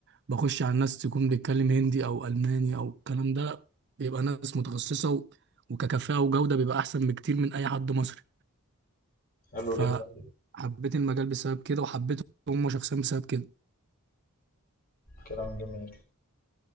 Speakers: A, on the right; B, on the left.
A: بخش على الناس تكون بيتكلم هندي او الماني او الكلام ده بيبقى ناس متخصصه و- وككفاءه وجوده بيبقى احسن بكتير من اي حد مصري
B: حلو
A: فحبيت
B: جدا
A: المجال بسبب كده وحبيت هم شخصيا بسبب كده
B: كلام جميل